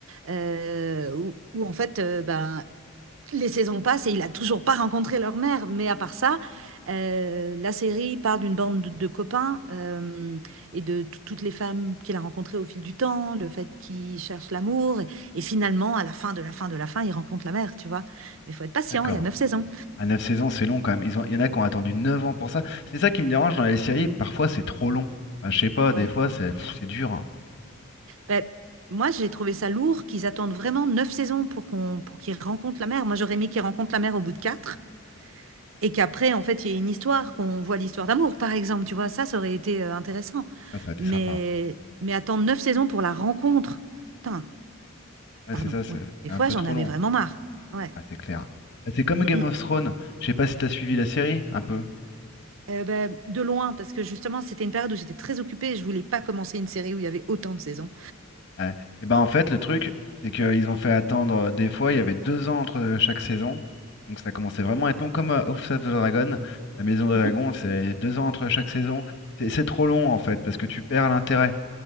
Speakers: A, on the right; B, on the left.
A: euh, où, où, en fait, euh, ben, les saisons passent et il a toujours pas rencontré leur mère. Mais à part ça, euh, la série parle d'une bande de, de copains euh, et de t- toutes les femmes qu'il a rencontrées au fil du temps, le fait qu'il cherche l'amour. Et, et finalement, à la fin de la fin de la fin, il rencontre la mère, tu vois. Mais il faut être patient,
B: d'accord.
A: il y a neuf saisons.
B: À 9 saisons, c'est long quand même. Ils ont... Il y en a qui ont attendu 9 ans pour ça. C'est ça qui me dérange dans les séries. Parfois, c'est trop long. Enfin, je sais pas, des
A: Ouais.
B: fois, c'est pff, c'est dur. hein.
A: Ben, moi, j'ai trouvé ça lourd qu'ils attendent vraiment neuf saisons pour qu'on, pour qu'ils rencontrent la mère. Moi, j'aurais aimé qu'ils rencontrent la mère au bout de quatre. Et qu'après, en fait, il y ait une histoire, qu'on voit l'histoire d'amour, par exemple, tu vois, ça, ça aurait été euh, intéressant.
B: Ah, ça a été
A: Mais,
B: sympa. hein.
A: mais attendre neuf saisons pour la rencontre. Putain,
B: Ouais,
A: pardon,
B: c'est ça, c'est
A: ouais. Des
B: c'est
A: fois,
B: un peu
A: j'en
B: trop
A: avais
B: long.
A: vraiment marre. Ouais.
B: Ah, c'est clair. Bah, c'est comme
A: Mm,
B: Game
A: mm.
B: of Thrones. Je sais pas si t'as suivi la série, un peu.
A: Euh, ben, de loin, parce que justement, c'était une période où j'étais très occupée et je voulais pas commencer une série où il y avait autant de saisons.
B: Ouais. Et ben en fait, le truc, c'est qu'ils ont fait attendre euh, des fois, il y avait deux ans entre euh, chaque saison. Donc ça commençait vraiment à être long, comme euh, House of the Dragon. La Maison des
A: Mhm,
B: Dragons, c'est deux ans entre chaque saison. C'est c'est trop long en fait, parce que tu perds l'intérêt.